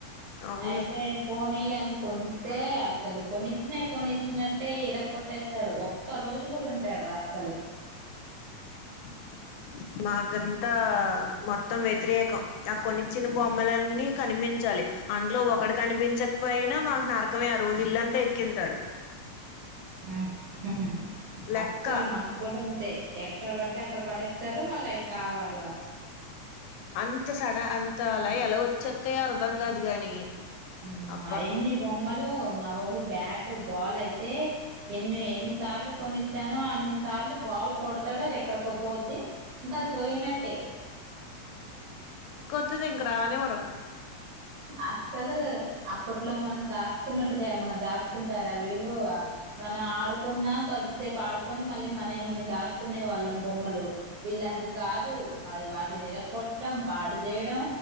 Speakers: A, on the left; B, on the right.
A: అవును
B: అయితే పోనీలే అని కొనిస్తే, అసలు కొనిచ్చినాయి కొనిచ్చినట్ ట్టే ఇరకొట్టేస్తాడు, ఒక్క రోజు కూడా ఉంచడు రా అసలు.
A: <inaudible> మాకంతా మొత్తం వ్యతిరేకం, ఆ కొనిచ్చిన బొమ్మలన్నీ కనిమించ్ చాలి. అందులో ఒకటి కనిపించకపోయినా మాక్ నరకమే ఆ రోజు ఇల్లంతా ఎతికింతాడు.
B: ఉమ్ ఉహుమ్
A: లెక్క
B: అస్సల్ మక్ గుడా అంతే, ఎక్కడ పడితే అక్ అక్కడ పడేస్తారు, మళ్ళీ అయి కావాల్
A: అంత సడ అంతా అలా, ఎలా వచ్చేత్తయో అర్ధం కాదు గాని,
B: ఉమ్
A: అబ్బా
B: ఆయాన్ని బొమ్మలు మావాడు బ్యాట్, బాల్ అయితే ఎన్ని ఎన్నిసార్లు కొనిచ్చానో, అన్ని సార్లు బాల్ కొడ్త్ తాడు, అది ఎక్కడికో పోద్ది, ఇంకా అది పోయినట్టే.
A: <unintelligible> ఇంకా రానివ్వరు.
B: అస్సలు, అప్పట్లో మనం దాచుకున్నట్టుగా, ఏమన్నా దాచుకుంటారా వీళ్ళు. మనం ఆడుకున్నా కొద్దిసేపు ఆడుకొని, మళ్ళీ మనై మనం దాచుకునే వాళ్ళం బొమ్మలు. ఇలా అది కాదు, అది వాటిని ఇరక్కొట్టడం, పాడు జేయడం